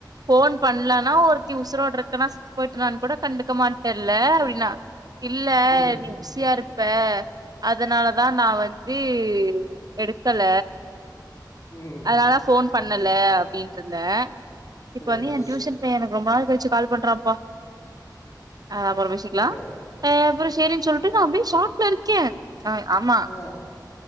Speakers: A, on the right; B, on the left.
A: ஃபோன் பண்லன்னா ஒருத்தி உசுரோடருக்கேனா செத்து போயிட்டனான்னு கூட கண்டுக்க மாட்டெல்ல அப்டின்னா இல்ல
B: ம்
A: நீ விசியாருப் ப அதனாலதா நா வந்து எடுக்கல
B: ம்
A: அதனால தா ஃபோன் பண்ணல அப்டினுட்டுருந்தே
B: சேரி
A: இப்ப வந்து ஏ டியூசன் பைய எனக்கு ரொம்ப நாள் கழிச்சி கால் பண்றாப்பா ஆ அப்பறோ பேசிக்லா
B: இப்பயா
A: ஆ அப்பறோ சேரின்னு சொல்ட்டு நா அப்டியே ஷாக்ல இருக்கே ஆய் ஆமா
B: ஆ